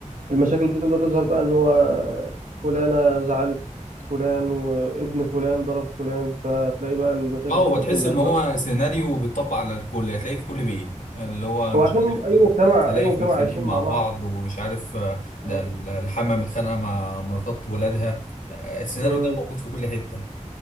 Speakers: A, on the right; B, on the left.
A: المشاكل بتبدأ تظهر بقى ان هو فلانة زعلت فلان وابن فلان ضرب فلان فتلاقي بقى المشاكل
B: اه هو
A: تبدأ
B: تحس
A: تظهر
B: ان
A: بقى
B: هو سيناريو بيتطبق على الكل هتلاقيه في كل بيت اللي هو
A: هو
B: مش
A: عشان
B: عارف
A: اي مجتمع
B: السلايف
A: اي مجتمع
B: متخانقين
A: عايشين مع
B: مع
A: بعض
B: بعض ومش عارف آه، ده
A: اه
B: الحما متخانقه مع مراتات ولادها آه، السيناريو
A: امم
B: ده موجود في كل حته